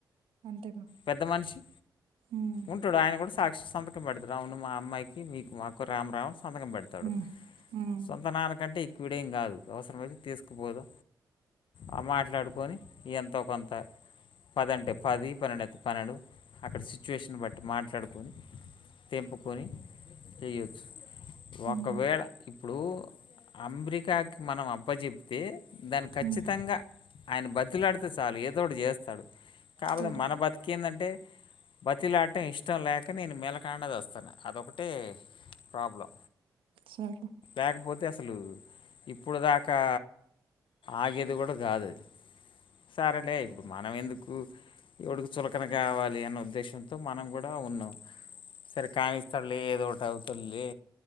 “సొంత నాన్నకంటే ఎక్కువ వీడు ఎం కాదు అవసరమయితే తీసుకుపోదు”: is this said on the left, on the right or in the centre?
Left